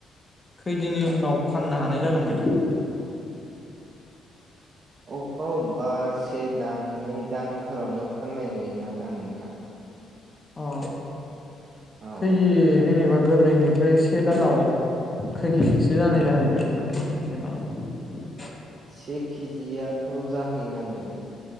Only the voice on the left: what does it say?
खैदिननि उनाव फाननो हानाय जागोन बायदि
औ
खै जेनेबा गोरलैनिफ्राय से दानाव खै खैदिनसो जानाय जाहैगोन नोंथाङा मिथिगोन नामा